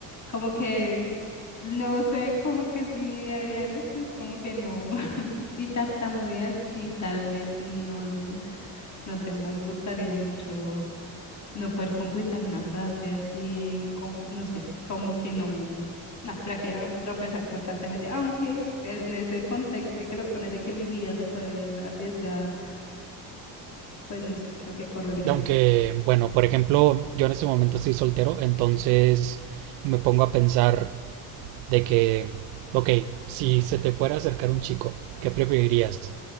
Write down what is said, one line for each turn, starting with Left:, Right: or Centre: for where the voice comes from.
Left: como que, no sé, como que es mi día a diario, entonces como que no. <laughs> Y tartamudear, sí, tal vez no, no sé, no me gustaría mucho no poder completar una frase así, com- no sé, como que no, no, prefiero tropezar constantemente, aunque en ese contexto que lo pones de que mi vida se puede ver arriesgada, pues no sé, creo que corro el riesgo.
Right: Aunque, bueno, por ejemplo, yo en este momento estoy soltero, entonces me pongo a pensar... de que, ok, si se te fuera a acercar un chico, ¿qué preferirías?